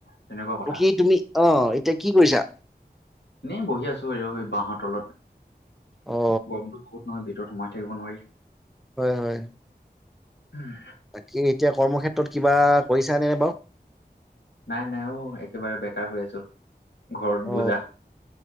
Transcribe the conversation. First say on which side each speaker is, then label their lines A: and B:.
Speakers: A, on the left; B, in the centre.
A: তেনেকুৱা কথা
B: অ, কি তুমি আহ এতিয়া কি কৰিছা?
A: এনে বহি আছো। আৰু বাঁহৰ তলত
B: অ
A: গৰমটো বহুত নহয়। ভিতৰত সোমাই থাকিব নোৱাৰি।
B: হয়- হয়।
A: হম।
B: বাকী এতিয়া কৰ্মক্ষেত্ৰত কিবা কৰিছা নে -নে বাৰু?
A: নাই- নাই অ, একেবাৰে বেকাৰ হৈ আছো। ঘৰত
B: অ,
A: বোজা।